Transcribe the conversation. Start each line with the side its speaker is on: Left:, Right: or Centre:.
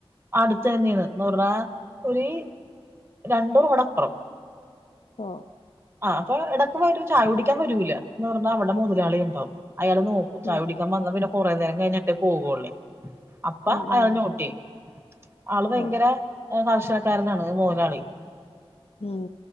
Right: അടുത്തന്നെണ് ന്നുർണ്ണാ ഒരി രണ്ടുറോടപ്പ്‌റം
Left: ആഹ്
Right: ആ അപ്പൊ ഇടക്ക് വരും ചായ കുടിക്കാൻ വരൂല എന്ന് റഞ്ഞാ അവിടെ മൊ മൊലാളി ഉണ്ടാവും അയാൾ നോക്കും ചായ
Left: ഉം
Right: കുടിക്കാൻ
Left: ഉം
Right: വന്നാ പിന്നെ കുറെ നേരം കഴിഞ്ഞിട്ടേ പോകുള്ളേ അപ്പ
Left: ഉം
Right: അയാൾ
Left: ഉം
Right: നോട്ടിയ്യും ആള് ഭയങ്കര
Left: ഓഹ്
Right: കർശനക്കാരനാണ് മോയലാളി
Left: ഉം